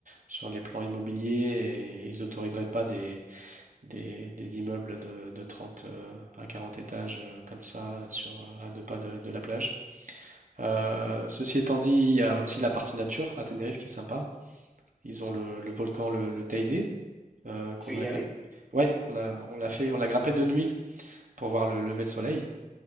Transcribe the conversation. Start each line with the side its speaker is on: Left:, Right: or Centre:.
Right: sur les plans immobiliers et ils autoriseraient pas des, des, des immeubles de, de 30 euh, à 40 étages euh, comme ça euh, sur, euh, à deux pas de, de la plage. Euh, ceci étant dit, il y a aussi la partie nature à Tenerife qui est sympa. Ils ont
Centre: Mhm.
Right: le, le volcan, le, le Teide, euh, qu'on
Centre: Tu es
Right: a...
Centre: y allé?
Right: Ouais, on a, on l'a fait, on l'a grimpé de nuit pour voir le lever de soleil.